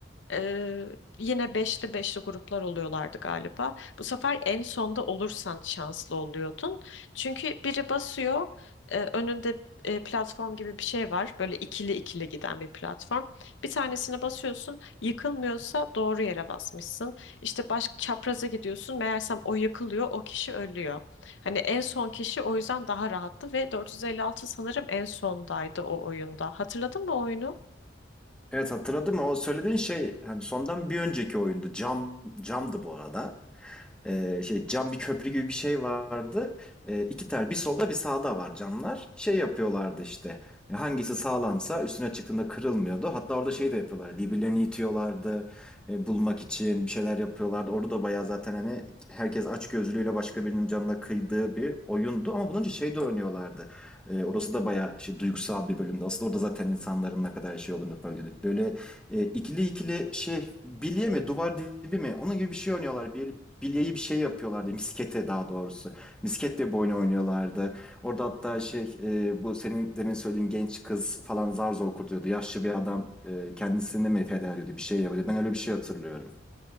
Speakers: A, on the left; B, in the centre.
A: e, yine beşli beşli gruplar oluyorlardı galiba. Bu sefer en sonda olursan şanslı oluyordun. Çünkü biri basıyor, e, önünde e, platform gibi bir şey var. Böyle ikili ikili giden bir platform. Bir tanesine basıyorsun, yıkılmıyorsa doğru yere basmışsın. İşte baş çapraza gidiyorsun, meğersem o yıkılıyor, o kişi ölüyor. Hani en son kişi o yüzden daha rahattı ve 456 sanırım en sondaydı o oyunda. Hatırladın mı o oyunu?
B: Evet hatırladım. O söylediğin şey hani sondan bir önceki oyundu. Cam, camdı bu arada. Ee, şey cam bir köprü gibi bir şey vardı. Ee, iki tane bir solda bir sağda var camlar. Şey yapıyorlardı işte. e, Hangisi sağlamsa üstüne çıktığında kırılmıyordu. Hatta orada şey de yapıyorlar. Birbirlerini itiyorlardı. e, bulmak için bir şeyler yapıyorlardı. Orada da bayağı zaten hani herkes açgözlülüğüyle başka birinin canına kıydığı bir oyundu. Ama bunun için şey de oynuyorlardı. E, orası da bayağı şey duygusal bir bölümdü. Aslında orada zaten insanların ne kadar şey olduğunu fark ediyorduk. Böyle e, ikili ikili şey bilye mi duvar dibi mi onun gibi bir şey oynuyorlar. Bir, bilyeyi bir şey yapıyorlardı. Miskete daha doğrusu. Misket diye bir oyun oynuyorlardı. Orada hatta şey e, bu senin demin söylediğin genç kız falan zar zor kurtuluyordu. Yaşlı bir adam e, kendisini mi feda ediyordu bir şey yapıyordu. Ben öyle bir şey hatırlıyorum.